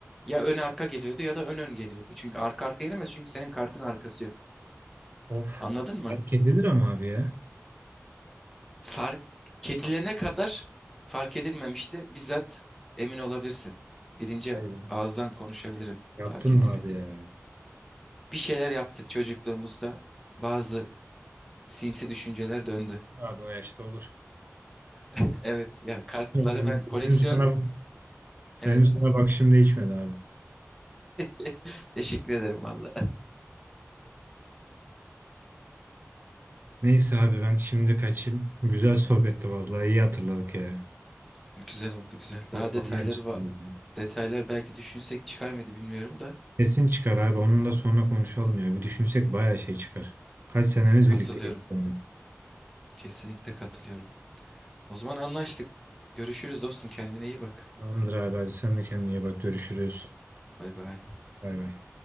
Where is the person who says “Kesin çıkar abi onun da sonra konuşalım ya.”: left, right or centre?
Right